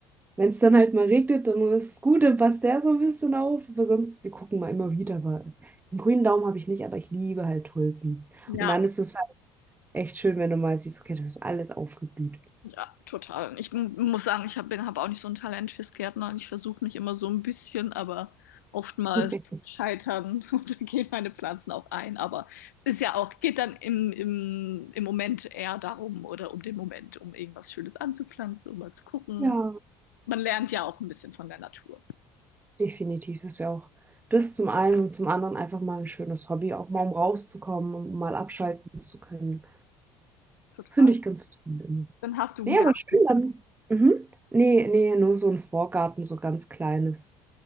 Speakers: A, on the right; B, on the left.
A: wenn es dann halt mal regnet, dann ist es gut, dann passt der so ein bisschen auf. Aber sonst, wir gucken mal immer wieder. Aber einen grünen Daumen habe ich nicht, aber ich liebe halt Tulpen.
B: Ja.
A: Und dann ist es halt echt schön, wenn du mal siehst, okay, das ist alles aufgeblüht.
B: Ja, total. Ich m- muss sagen, ich hab, bin, habe auch nicht so ein Talent fürs Gärtnern. Ich versuche mich immer so ein bisschen, aber oftmals
A: <laughs>
B: scheitern <laughs> und dann gehen meine Pflanzen auch ein. Aber es ist ja auch, geht dann im, im, im Moment eher darum oder um den Moment, um irgendwas Schönes anzupflanzen, um mal zu gucken.
A: Ja,
B: Man lernt ja auch ein bisschen von der Natur.
A: definitiv ist ja auch das zum einen und zum anderen einfach mal ein schönes Hobby, auch mal um rauszukommen und mal abschalten zu können.
B: Total.
A: Finde ich ganz toll. immer.
B: Dann hast du einen
A: Nee,
B: Garten.
A: aber schön dann. Mhm. Nee, nee, nur so ein Vorgarten, so ganz kleines,